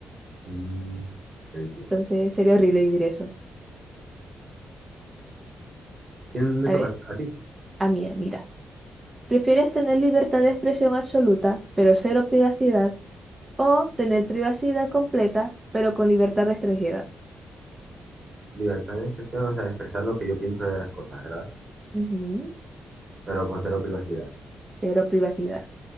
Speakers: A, on the right (about 40°); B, on the right (about 25°).
A: Mm, te entiendo.
B: Entonces sería horrible vivir eso.
A: ¿Quién le
B: A
A: toca
B: ver,
A: a ti?
B: a mí, mira. ¿Prefieres tener libertad de expresión absoluta, pero cero privacidad? O tener privacidad completa, pero con libertad restringida.
A: Libertad de expresión, o sea, expresar lo que yo pienso de las cosas, ¿verdad?
B: Ujú,
A: Pero con cero privacidad.
B: Cero privacidad.